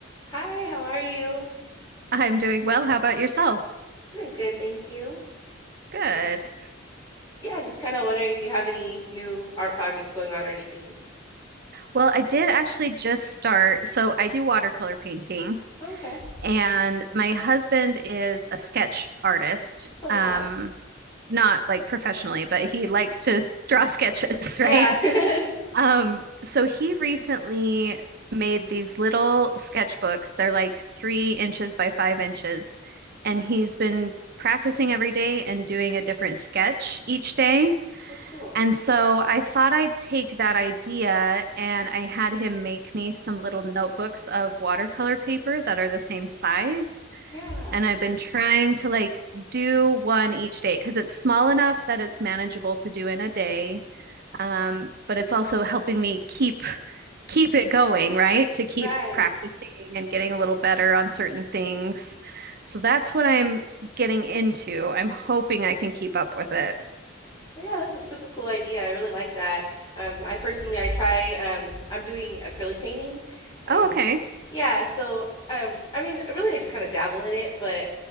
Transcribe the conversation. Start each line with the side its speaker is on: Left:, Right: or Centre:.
Left: Hi, how are you?
Right: I'm doing well. How about yourself?
Left: Doing good, thank you.
Right: Good.
Left: Was, yeah, just kind of wondering if you have any new art projects going on or anything.
Right: Well, I did actually just start. So I do watercolor painting,
Left: Oh, okay.
Right: and my husband is a sketch artist.
Left: Oh,
Right: Um,
Left: wow.
Right: not like professionally, but he likes to draw sketches,
Left: Yeah.
Right: <laughs> right?
Left: <laughs>
Right: Um, so he recently made these little sketchbooks. They're like three inches by five inches, and he's been practicing every day and doing a different sketch each day.
Left: Oh, cool.
Right: And so I thought I'd take that idea and I had him make me some little notebooks of watercolor paper that are the same size.
Left: Yeah.
Right: And I've been trying to like do one each day because it's small enough that it's manageable to do in a day. Um, but it's also helping me keep keep it going, right? To keep
Left: Right.
Right: practicing and getting a little better on certain things. So that's what I'm getting into. I'm hoping I can keep up with it.
Left: Well, yeah, that's a super cool idea. I really like that. Um, I personally, I try, um, I'm doing acrylic painting. Um,
Right: Oh, okay.
Left: yeah, so, um, I mean, really, I just kind of dabble in it, but,